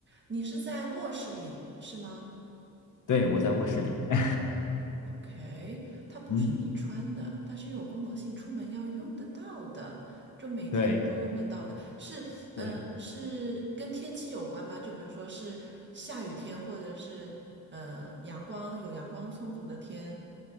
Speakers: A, on the right; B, on the left.
A: 你是在卧室里是吗
B: 对，我在卧室里，<laughs>
A: ？OK，它不是你穿的，
B: 嗯，
A: 但是有功能性，出门要用得到的，就每天都用得到的。
B: 对
A: 是，嗯、
B: 对，
A: 是跟天气有关吗？就比如说是下雨天，或者是呃阳光有阳光充足的天。